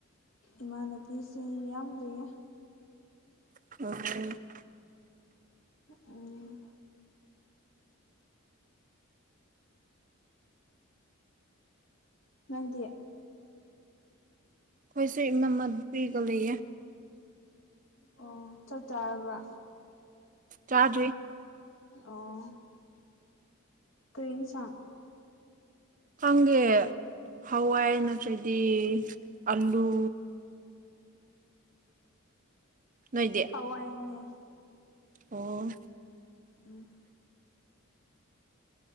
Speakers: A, on the left (about 70°); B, on the right (about 35°).
A: ꯏꯃꯥꯟꯅꯕꯤꯁꯤꯡ ꯌꯥꯝ ꯂꯩꯌꯦ
B: <unintelligible>
A: ꯎꯝ ꯅꯪꯗꯤ
B: ꯑꯩꯁꯨ ꯏꯅꯝꯃ ꯕꯤꯒ ꯂꯩꯌꯦ
A: ꯑꯣ ꯆꯛ ꯆꯥꯔꯕ
B: ꯆꯥꯗ꯭ꯔꯤ
A: ꯑꯣ ꯀꯩ ꯍꯦꯟꯁꯥꯡ
B: ꯈꯪꯗꯦ ꯍꯋꯥꯏ ꯅꯠꯇ꯭ꯔꯗꯤ ꯑꯂꯨ ꯅꯣꯏꯗꯤ
A: ꯍꯋꯥꯏꯅꯦ
B: ꯑꯣ
A: ꯎꯝ